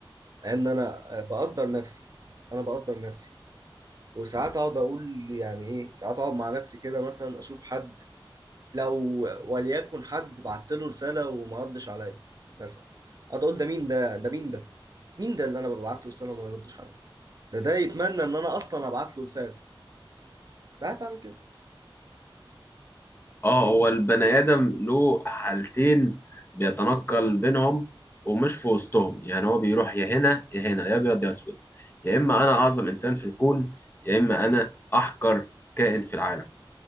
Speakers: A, on the right (about 40°); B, on the left (about 25°).
A: لان انا آه، بقدر نفسي انا بقدر نفسي وساعات اقعد اقول يعني ايه ساعات اقعد مع نفسي كده مثلا اشوف حد لو وليكن حد بعت له رساله وما ردش عليا مثلا اقعد اقول ده مين ده ده مين ده مين ده اللي انا ببعت له رساله وما يردش عليا ده ده يتمنى ان انا اصلا ابعت له رساله ساعات بعمل كده
B: اه هو البني آدم له حالتين بيتنقل بينهم ومش في وسطهم يعني هو بيروح يا هنا يا هنا يا أبيض يا أسود يا إما أنا أعظم إنسان في الكون يا إما أنا أحقر كائن في العالم